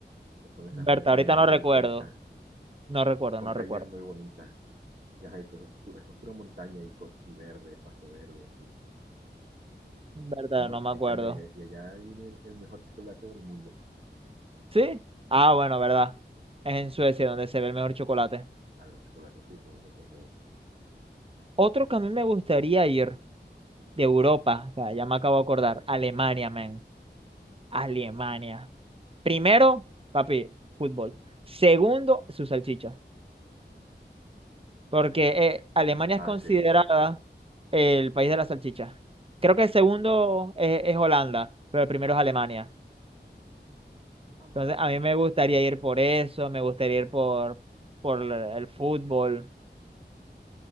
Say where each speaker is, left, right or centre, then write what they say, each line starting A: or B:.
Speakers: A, on the right; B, on the right.
A: que son esas montañas
B: Berta, ahorita no
A: gigantescas
B: recuerdo. No recuerdo,
A: con
B: no
A: calles
B: recuerdo.
A: muy bonitas. Y ajá, y todo eso es pu- es pura montaña y, cos- y verde, pasto verde, así.
B: Verdad,
A: Y chamo,
B: no me acuerdo.
A: y, chamo, y- y allá viene el, el mejor chocolate del mundo.
B: ¿Sí? Ah, bueno, verdad. Es en Suecia donde se ve el mejor chocolate.
A: Claro, el chocolate suizo, muchachos,
B: Otro que a mí me gustaría ir de Europa, o sea, ya me acabo de acordar, Alemania, man. Alemania. Primero, papi, fútbol. Segundo, su salchicha. Porque eh, Alemania
A: Ah,
B: es considerada
A: sí.
B: el país de la salchicha. Creo que el segundo es, es Holanda, pero el primero es Alemania.
A: Vamos
B: Entonces,
A: a ver.
B: a mí me gustaría ir por eso, me gustaría ir por, por el fútbol.